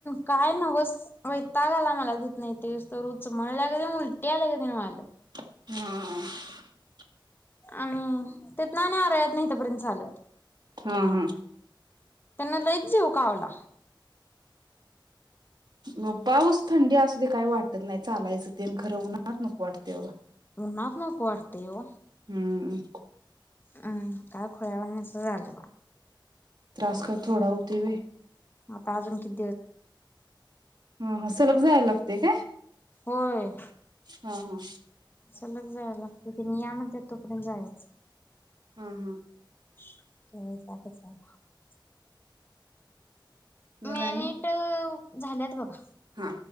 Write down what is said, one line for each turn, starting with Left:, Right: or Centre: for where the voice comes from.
Left: काय नव्हस वैताग आला मला तिथंन इथ येऊस्तवर. उचमळल्यागत आणि उलट्या आल्यागतीन व्हाय लागलं.
Right: हां हां.
Left: आणि तीतन आणि आरळ्यातन इथपर्यंत चालत.
Right: हम हम.
Left: त्यांना लैच जिवकावला.
Right: म पाऊस थंडी असते काय वाटत नाही चालायचं तेन. खरं उनात नको वाटतय बघा.
Left: उनात नको वाटत तेव.
Right: हं.
Left: हम् काय खुळ्यावानीस झालं बा
Right: त्रास काय थोडा होतोय व्हय?
Left: आता अजून कित
Right: हा हा, सलग जायला लाग ते काय?
Left: होय.
Right: हा हा
Left: सलग जायला लागतय. त्यांनी या म्हणटलय तोपर्यंत जायच.
Right: हम् हम्.
Left: <unintelligible> मिनिट
Right: मग आणि
Left: अं? झाल्यात बघा.
Right: हा.